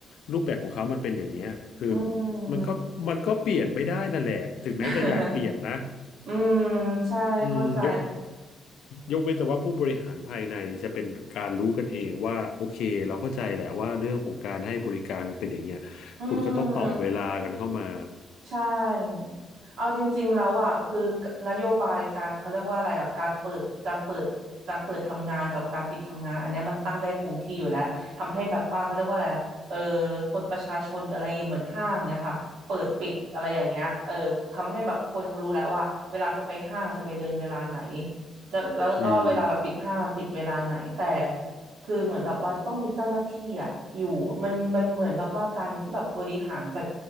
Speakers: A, on the left; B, on the right.
A: รูปแบบของเขามันเป็นอย่างเงี้ยคือ
B: อืม
A: มันก็มันก็เปลี่ยนไม่ได้นั่นแหละถึงแม้จะอยากเปลี่ยนนะ
B: <laughs> อืมใช่
A: อืมยก
B: เข้าใจ
A: ยกเว้นแต่ว่าผู้บริหารภายในจะเป็นการรู้กันเองว่าโอเคเราเข้าใจแหละว่าเรื่องของการให้บริการมันเป็นอย่างเงี้ยคุณก็ต้องต่อเวลากันเข้ามา
B: อืม ใช่เอาจริงๆแล้วอ่ะคือนโยบายการเขาเรียกว่าอะไรอ่ะการเปิดการเปิดการเปิดทำงานกับการปิดทำงานอันเนี้ยมันตั้งได้คงที่อยู่แล้วทำให้แบบว่าเขาเรียกว่าอะไรอ่ะเออคนประชาชนหรืออะไรอย่างเงี้ยเหมือนห้างเนี้ยค่ะเปิดปิดอะไรอย่างเงี้ยเออทำให้แบบคนเขารู้แล้วว่าเวลาจะไปห้างจะไปเดินเวลาไหนจะแล้วก็เวลาแบบปิดห้างมันปิดเวลาไหนแต่
A: อืม
B: คือเหมือนแบบว่าจะต้องมีเจ้าหน้าที่อ่ะอยู่มันมันเหมือนแบบว่าการที่แบบบริหารจัด